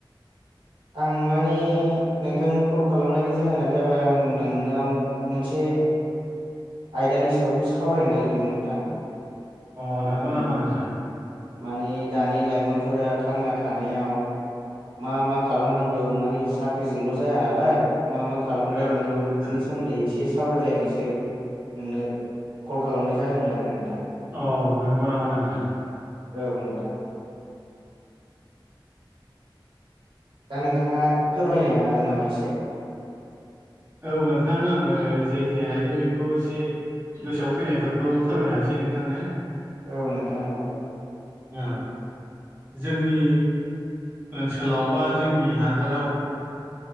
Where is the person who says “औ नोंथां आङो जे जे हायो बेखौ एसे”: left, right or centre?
Right